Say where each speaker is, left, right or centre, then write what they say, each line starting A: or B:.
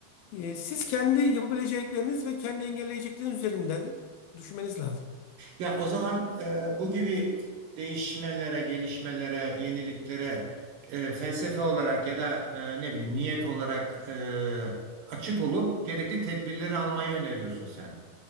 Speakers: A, on the left; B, on the right.
A: e, siz kendi yapabilecekleriniz ve kendi engelleyecekleriniz üzerinden düşünmeniz lazım.
B: Ya o zaman e, bu gibi değişmelere, gelişmelere, yeniliklere e, felsefe olarak ya da e, ne bileyim niyet olarak e, açık olup gerekli tedbirleri almayı öneriyorsun sen.